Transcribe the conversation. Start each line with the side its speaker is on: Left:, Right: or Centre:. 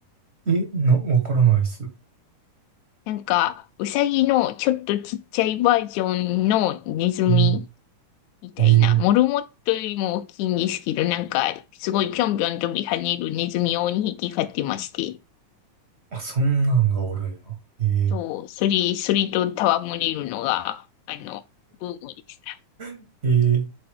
Right: え、な、わからないっす。
Left: なんか、うさぎのちょっとちっちゃいバージョンのネズミ
Right: う
Left: みたいな。
Right: んええ
Left: モルモットよりも大きいんですけど、なんか、すごいぴょんぴょん飛び跳ねるネズミを2匹飼ってまして、
Right: あ、そんなんがおるんや。ええ
Left: そう、それ、それと戯れるのが、あの、ブームでした。
Right: <laughs> ええ